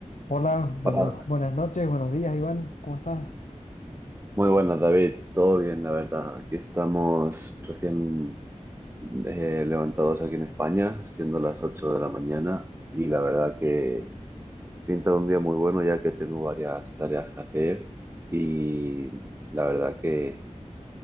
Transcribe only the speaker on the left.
Hola, bueno,
buenas noches, buenos días, Iván, ¿cómo estás?